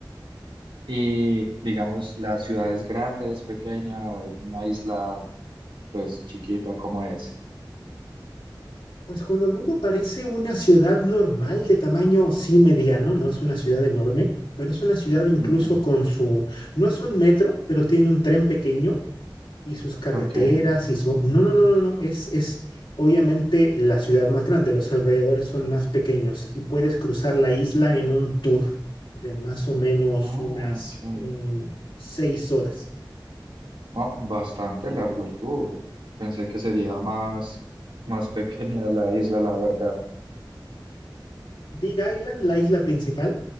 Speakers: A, on the right; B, on the left.
A: Y digamos, la ciudad es grande, es pequeña o una isla, pues chiquita como es.
B: Pues Honolulu parece una ciudad normal de tamaño sí mediano, no es una ciudad enorme, pero es una ciudad incluso
A: Ujú.
B: con su, no es un metro, pero tiene un tren pequeño y sus carreteras
A: Ok.
B: y su, no, no, no, no, no, es, es obviamente la ciudad más grande, los alrededores son más pequeños y puedes cruzar la isla en un tour de más o menos
A: Oh,
B: unas
A: ok.
B: mm, seis horas.
A: Ah, bastante largo el tour. Pensé que sería más, más pequeña la isla, la verdad.
B: Big Island, la isla principal